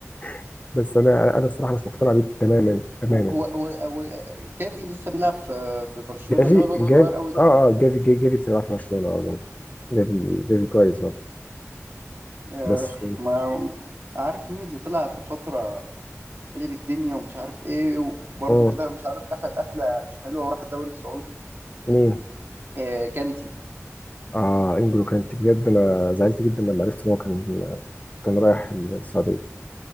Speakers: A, on the left (about 30°); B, on the right (about 45°).
A: <laughs> بس انا انا الصراحه مش مقتنع بيه تماما تماما
B: هو هو هو هو كافي لسه بيلعب في في برشلونة
A: جافي
B: اللي هو الواد الصغير
A: جافي
B: قوي ده
A: اه اه جافي جافي, جافي بصراحه في برشلونه اه برضه جافي جافي كويس برضه
B: آه
A: بس
B: ما عارف مين اللي طلع في فترة قلب الدنيا ومش عارف ايه وبرده
A: اه
B: كده مش عارف قفل قفله مش حلوه وراح الدوري السعودي
A: مين
B: آه كانتي
A: اه انجلو كانت بجد انا زعلت جدا لما عرفت ان هو كان كان رايح السعوديه